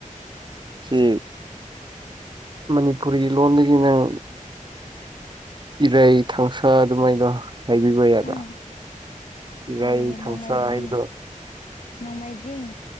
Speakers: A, on the right; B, on the left.
A: ꯁꯤ ꯃꯅꯤꯄꯨꯔꯤ ꯂꯣꯟꯗꯒꯤ ꯅꯪ ꯏꯔꯩ ꯊꯥꯡꯁꯥ ꯑꯗꯨꯃꯥꯏꯗꯣ ꯍꯥꯏꯕꯤꯕ ꯌꯥꯗ꯭ꯔ
B: ꯎꯝ
A: ꯏ
B: ꯍꯥꯏꯕꯤꯒꯦ
A: ꯑꯩ ꯊꯪꯁ
B: ꯅꯣꯡꯃꯥꯏꯖꯤꯡ
A: ꯍꯥꯏꯗꯣ
B: ꯅꯣꯡꯃꯥꯏꯖꯤꯡ